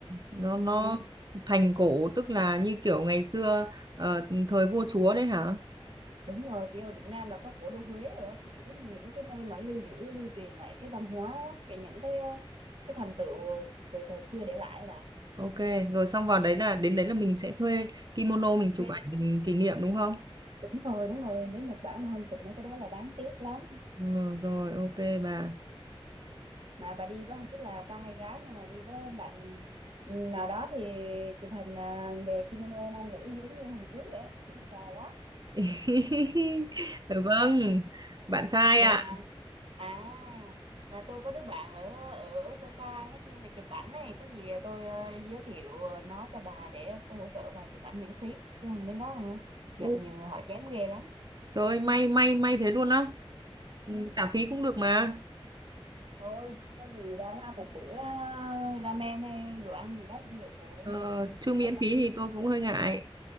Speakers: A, on the right (about 45°); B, on the right (about 65°).
A: nó nó
B: ừ
A: thành cổ tức là như kiểu ngày xưa ờ, thời vua chúa đấy hả
B: Đúng rồi, kiểu ở Việt Nam là có cổ đô Huế rồi đó, kiểu những cái nơi mà lưu giữ, lưu truyền lại cái văn hóa đó, cái những cái cái thành tựu từ thời xưa để lại á bà.
A: ok rồi xong vào đấy là đến đấy là mình sẽ thuê kimono mình chụp
B: Thuê.
A: ảnh mình kỷ niệm đúng không
B: Đúng rồi, đúng rồi, đến Nhật Bản mà không chụp mấy cái đó là đáng tiếc lắm.
A: ừ, rồi ok bà
B: Mà bà đi với không biết là trai hay gái nhưng mà đi với bạn ừ, nào đó thì chụp hình à, về kimono nam nữ giống như hình cưới vậy, á, xịn sò lắm.
A: <laughs> Dạ vâng bạn trai
B: Mà
A: ạ
B: À, mà tôi có đứa bạn ở ở Osaka nó chuyên về chụp ảnh này, có gì tôi ờ, giới thiệu ờ, nó cho bà để cô hỗ trợ bà chụp ảnh miễn phí, chứ không đến đó hả? Gặp
A: Ừ.
B: nhiều người họ chém ghê lắm.
A: Trời ơi, may may may thế luôn á. Ừ,
B: Ừ,
A: trả phí cũng được mà.
B: thôi, có gì bà nó ăn một bữa ờ, ramen hay đồ ăn gì đó cũng được rồi.
A: Ờ, chứ miễn
B: Là tại
A: phí
B: chứ
A: thì tôi cũng hơi ngại.